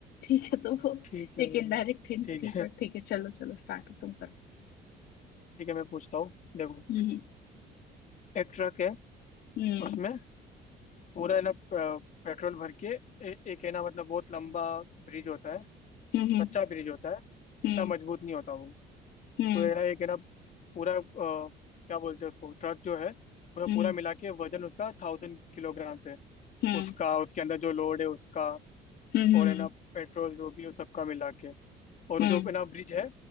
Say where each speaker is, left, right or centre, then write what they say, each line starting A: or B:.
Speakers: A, on the left; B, on the left.
A: ठीक है तो वो
B: ठीक है
A: एक इनडायरेक्ट हिंट
B: ठीक
A: थी
B: है
A: पर ठीक है चलो चलो स्टार्ट तुम करो
B: ठीक है मैं पूछता हूँ देखो
A: हम्म
B: एक ट्रक है
A: हम्म
B: उसमें पूरा है ना प- पेट्रोल भर के ए, एक है ना मतलब बहुत लंबा ब्रिज होता है
A: हम्म
B: कच्चा ब्रिज होता है
A: हम्म
B: इतना मजबूत नहीं होता वो
A: हम्म
B: तो है ना एक है ना पूरा अ, क्या बोलते हैं उसको ट्रक जो है उसमें
A: हम्म
B: पूरा मिला के वजन उसका थाउजेंड किलोग्राम है
A: हम्म
B: उसका उसके अंदर जो लोड है उसका
A: हम्म
B: और
A: हम्म
B: है ना पेट्रोल जो भी है, उस सबका मिला के और
A: हम्म
B: जो बिना ब्रिज है